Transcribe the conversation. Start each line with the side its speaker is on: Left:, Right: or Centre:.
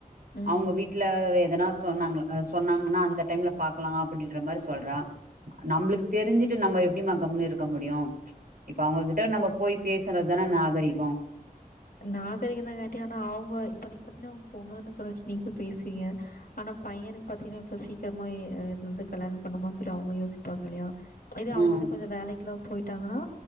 Left: ம்
Right: அவுங்க
Left: ம்
Right: வீட் வீட்ல எதனா சொன்னாங்ளா அ சொன்னாங்கன்னா அந்த டைம்ல பாக்கலா அப்படின்ற மாரி சொல்றா நம்பளுக்கு தெரிஞ்சுட்டு நம்ம எ ப்டிமா கம்னு இருக்க முடியு இப்ப அவுங்ககிட்ட நம்ப போய் பேசுறது தான நாகரிகோ
Left: நாகரிகங்கதாங்காட்டி ஆனா அவுங்க இப்ப நீங்க பாத்தீங்கன்னா உங்க பொண்ணுன்னு சொல்லிட்டு நீங்க போய் பேசுவீங்க ஆனா பையனுக்கு பாத்தீங்கன்னா இவ்ளோ சீக்கிரமா இ இது வந்து கல்யாணம் பண்ணுமா சொல்லி அவுங்க யோசிப்பாங்க இல்லையா இதே அவுங்க
Right: ம்
Left: வந்து கொஞ்சோ வேலைக்குல்ல போயிட்டாங்கன்னா